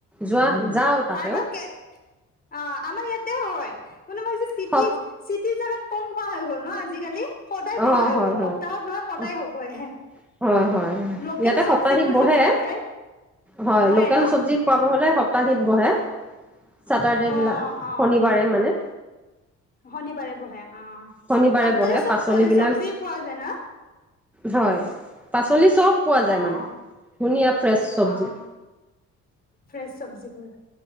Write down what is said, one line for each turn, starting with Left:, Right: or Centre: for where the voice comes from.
Centre: যোৱা যাও তাতেও।
Left: কাৰোবাৰ কে অ' আমাৰ ইয়াতেও হয়। কোনো বা চিটি-চিটিৰ
Centre: সব
Left: জাগাত কম কোৱা হৈ গ'ল ন আজিকালি। সদায়
Centre: অ'
Left: বহা হৈ
Centre: হয়-হয়-হয়-হয়
Left: গ'ল সপ্তাহত নহয় সদায় হ'বই লোকেল
Centre: ইয়াতে
Left: চব্জিবোৰ
Centre: সপ্তাহিক বহে
Left: যি পোৱা যায়
Centre: হয়
Left: বহে
Centre: লোকেল
Left: ন
Centre: চবজি পাব হলে। সপ্তাহীত বহে। চেটাৰডে
Left: অ
Centre: বিলাক
Left: অ
Centre: শনিবাৰে মানে।
Left: শনিবাৰে বহে। অ
Centre: শনিবাৰে
Left: আৰু
Centre: বহে
Left: তাতে চব
Centre: পাচলিবলাক
Left: পোৱা যায় চব্জি পোৱা যায় ন
Centre: হয়। পাচলি চব পোৱা যায়
Left: অ-অ-অ
Centre: মানে ধুনীয়া ফ্ৰেছ চব্জি
Left: ফ্ৰেছ চবজিবোৰ